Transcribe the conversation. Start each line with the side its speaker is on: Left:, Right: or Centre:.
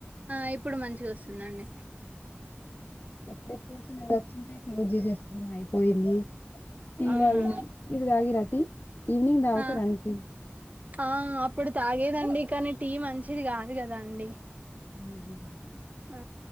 Right: ఆ ఇప్పుడు మంచిగా వస్తుందండి
Left: ఇప్పుడే చిన్న చిన్నగా వస్తుంటే హు అయిపోయింది టీ
Right: అవునా
Left: తాగి మీరు తగిర్ర టీ ఈవినింగ్ తాగుతారా
Right: ఆ
Left: అండి టీ
Right: ఆ అప్పుడు తాగేదండి కానీ టీ మంచిది కాదు కదా అండి
Left: ఉహూ
Right: ఆ